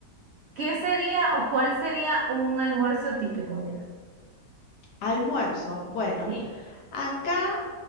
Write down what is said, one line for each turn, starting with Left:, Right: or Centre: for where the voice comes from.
Right: qué sería o cuál sería un almuerzo típico allá.
Left: Almuerzo. Bueno,
Right: Sí.
Left: acá